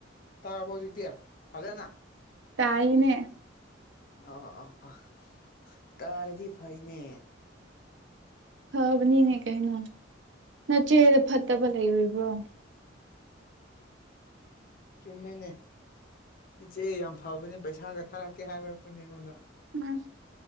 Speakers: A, on the left (about 45°); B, on the right (about 65°).
A: ꯇꯥꯔꯕꯣ ꯍꯧꯖꯤꯛꯇꯤ ꯐꯖꯅ
B: ꯇꯥꯏꯅꯦ
A: ꯑꯥ ꯑꯥ ꯑꯥ ꯇꯥꯔꯗꯤ ꯐꯩꯅꯦ
B: ꯐꯕꯅꯤꯅꯦ ꯀꯩꯅꯣ ꯅꯆꯦꯗ ꯐꯠꯇꯕ ꯂꯩꯔꯨꯔꯤꯕ꯭ꯔꯣ
A: ꯆꯨꯝꯃꯤꯅꯤ ꯏꯆꯦ ꯌꯥꯝ ꯐꯕꯅꯦ ꯄꯩꯁꯥꯒ ꯊꯥꯔꯛꯀꯦ ꯍꯥꯏꯕꯔꯛꯄꯅꯦ ꯑꯩꯉꯣꯟꯗ
B: ꯎꯝ